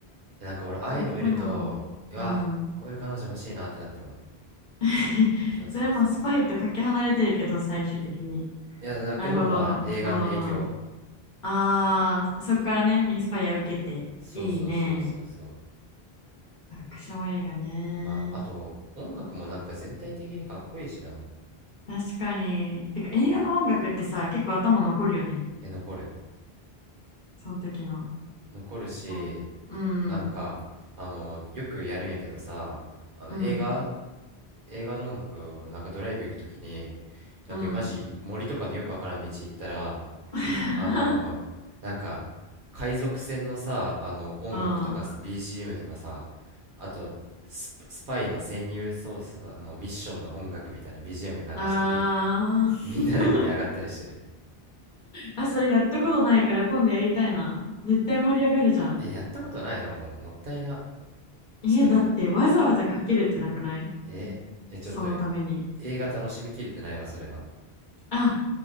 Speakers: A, on the right; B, on the left.
A: えなんか俺、ああいうの見ると、
B: 最高やんうん
A: うわ、こういう彼女欲しいなってなってまう。
B: <laughs>
A: そうそうそう。
B: それもスパイとかけ離れてるけど最終的に
A: いや、だけど、
B: なるほどああ
A: まあ、映画の影響。
B: あ、そっからね、インスパイア受けて。
A: そうそうそうそうそう。
B: いいね。アクション映画ね。
A: まあ、あと、音楽もなんか全体的にかっこいいしな。
B: 確かに。てか、映画の音楽ってさ、結構頭残るよね。
A: え、残る。
B: その時の。
A: 残るし、
B: こうん
A: なんか、あの、よくやるんやけどさ、あの、
B: うん、
A: 映画、映画の音楽をなんかドライブ行くときに、なんかマジ森とかのよくわからん道行ったら、
B: うん、<laughs> うん。
A: あの、なんか、海賊船のさ、あの、音楽とかさ、
B: うん。あ
A: BGM とかさ、あと、スパ、スパイの潜入捜査の、あの、ミッションの音楽みたいな BGM 流してみ、
B: あー。
A: みんなで盛り上がったりしてる。
B: <laughs> あ、それやったことないから今度やりたいな。絶対盛り上がるじゃん。
A: え、やったことないのもったいな。
B: え、
A: ちょっと、
B: だってわざわざかけるってなくない
A: えーえ、ちょっと、
B: そのために。
A: え映画楽しみきれてないわ、それは。
B: あ